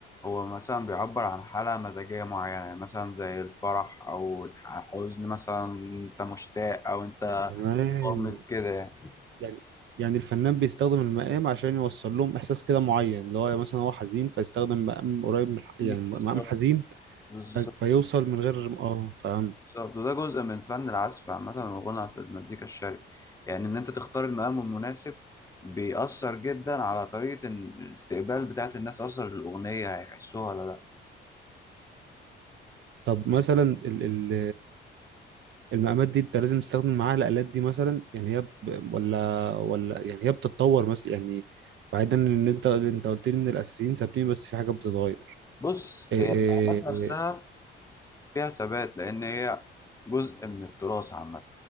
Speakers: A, on the left; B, on the right.
A: هو مثلا بيعبر عن حالة مزاجية معينة يعني مثلا زي الفرح أو الح- الحزن مثلا أنت مشتاق أو أنت
B: تمام
A: قامت كده يعني
B: يعني يعني الفنان بيستخدم المقام عشان يوصل لهم احساس كده معين اللي هو مثلا هو حزين فيستخدم مقام قريب من الح- يعني
A: بالظبط
B: مقام حزين
A: بالظبط
B: ف- فيوصل من غير اه فاهم
A: بالظبط وده جزء من فن العزف عامة والغنى في المزيكا الشرقي يعني إن أنت تختار المقام المناسب بيأثر جدا على طريقة إن- الاستقبال بتاعة الناس أصلا للأغنية هيحسوها ولا لأ
B: طب مثلا ال ال المقامات دي انت لازم تستخدم معاها الآلات دي مثلا يعني هي ب... ولا ولا يعني هي بتتطور مثلا يعني بعيدا ان انت انت قلت لي ان الاساسيين ثابتين بس في حاجات بتتغير
A: بص
B: إيه
A: هي
B: إيه
A: المقامات نفسها
B: إيه،
A: فيها ثبات لأن هي جزء من التراث عامة